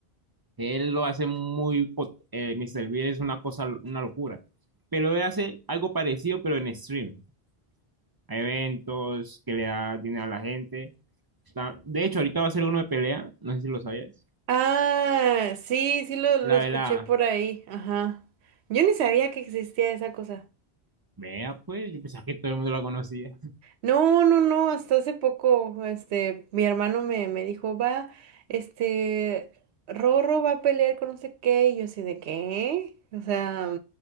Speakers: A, on the right; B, on the right.
A: Él lo hace muy... pot- Eh, Mr. Bean es una cosa, una locura. Pero él hace algo parecido, pero en stream. A eventos que le da dinero a la gente. Ta- De hecho, ahorita va a ser uno de pelea. No sé si lo sabías.
B: Ah, sí, sí lo, lo
A: La
B: escuché
A: de la...
B: por ahí, ajá. Yo ni sabía que existía esa cosa.
A: Vea, pues, yo pensaba que todo el mundo la conocía.
B: No, no, no, hasta hace poco, este, mi hermano me, me dijo, va, este, Rorro va a pelear con no sé qué, y yo así de qué, o sea,